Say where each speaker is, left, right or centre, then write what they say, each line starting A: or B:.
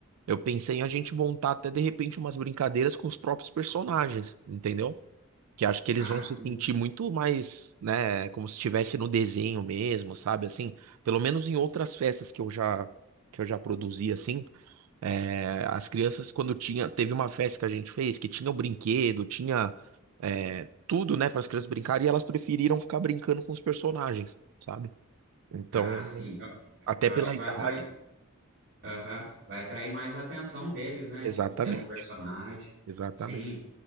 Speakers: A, on the right; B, on the right.
A: Eu pensei em a gente montar até de repente umas brincadeiras com os próprios personagens, entendeu? Que acho que eles
B: Ah,
A: vão
B: sim.
A: se sentir muito mais, né, como se estivesse no desenho mesmo, sabe? Assim, pelo menos em outras festas que eu já que eu já produzi assim. É, as crianças, quando tinha, teve uma festa que a gente fez que tinha o brinquedo, tinha é, tudo, né, para as crianças brincarem, e elas preferiram ficar brincando com os personagens, sabe? Então,
B: Ah, sim. Eu,
A: até
B: eu
A: pela
B: acho que vai
A: idade.
B: atrair Aham. Vai atrair mais a atenção deles, né?
A: Exatamente,
B: Tipo, tendo um personagem.
A: exatamente.
B: Sim,